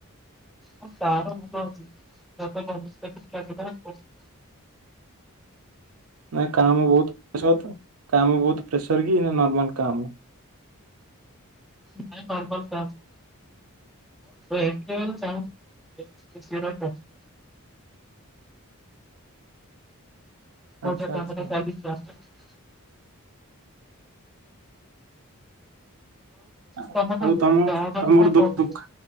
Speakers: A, in the centre; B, on the right.
A: ହଁ ତାର ଭଲ ଅଛି <unintelligible>
B: ନାଇଁ କାମ ବୋହୁତ ପ୍ରେସର ତ। କାମ ବୋହୁତ ପ୍ରେସର କି ନର୍ମାଲ କାମ।
A: ନାଇଁ ନର୍ମାଲ କାମ୍। <unintelligible> <inaudible> <unintelligible>
B: ଆଚ୍ଛା ଆଚ୍ଛା ଆ
A: ତମର
B: ଆଉ
A: ବାହାଘର
B: ତମ ତମର
A: ଥିଲା ବାହାଘର
B: ଦୁ-ଦୁଃଖ୍